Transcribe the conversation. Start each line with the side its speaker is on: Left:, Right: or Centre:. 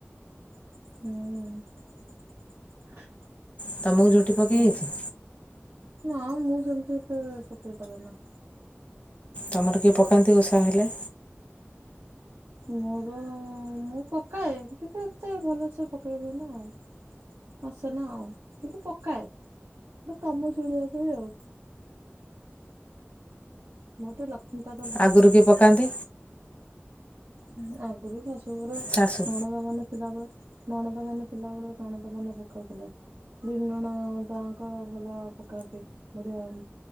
Right: ହୁଁ।
Left: ତମକୁ ଝୁଟି ପକେଇ
Right: ହଁ
Left: ଆଇଚି?
Right: ନା ମୁଁ ସେମିତି ତ ପକେଇ ପାର ନା।
Left: ତମର କିଏ ପକାନ୍ତି ଉଷା ହେଲେ?
Right: ମୋର ମୁଁ ପକାଏ କିନ୍ତୁ ଏତେ ଭଲସ ପକେଇହୁଏନା ଆଉ ଆସେ ନା ଆଉ କିନ୍ତୁ ପକାଏ ଗ କାମ ଚଳିବା ପାଇଁ ଆଉ ମର ତ ଲ ଖଟା ତ ଭଲ
Left: ଆଗରୁ
Right: ହୁଏ
Left: କିଏ ପକାନ୍ତି
Right: ହଁ ଆଗରୁ ଶଶ। ସୋରେ
Left: ଶାଶୁ
Right: ରଣ ଦ ମାନେ ଥିଲାବେଳେ ନଣଦ ମାନେ ଥିଲାବେେଳେ ନଣଦ ମାନେ ପକାଉଥିଲେ ବି ନଣଦଙ୍କ ଭଲ ପକାନ୍ତି ବୁଢିଆ